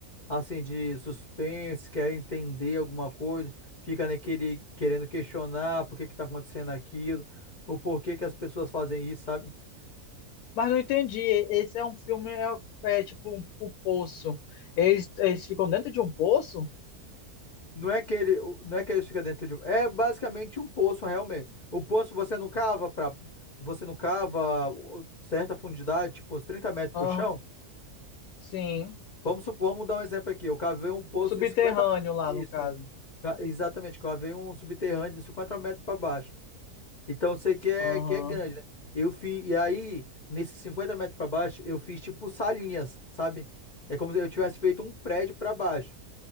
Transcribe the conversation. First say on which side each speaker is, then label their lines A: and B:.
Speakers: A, on the left; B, on the left.
A: assim, de suspense, quer entender alguma coisa, fica naquele querendo questionar por que que tá acontecendo aquilo, o porquê que as pessoas fazem isso, sabe?
B: Mas não entendi. e- Esse é um filme, é, é tipo um, o poço. Eles, eles ficam dentro de um poço?
A: Não é que ele, não é que ele fica dentro de, um- é basicamente um poço realmente. O poço você não cava para, você não cava o- certa fundidade, tipo uns trinta metros
B: Aham,
A: pro chão.
B: sim.
A: Vamos supor, vamos dar um exemplo aqui. Eu cavei um poço
B: Subterrâneo
A: de cinquenta,
B: lá,
A: Isso.
B: no caso.
A: um Ca- Exatamente, cavei um subterrâneo de 50 metros para baixo. Então eu sei que é,
B: Aham,
A: que é grande, né? Eu fiz, e aí, nesses 50 metros para baixo, eu fiz tipo salinhas, sabe? É como se eu tivesse feito um prédio para baixo.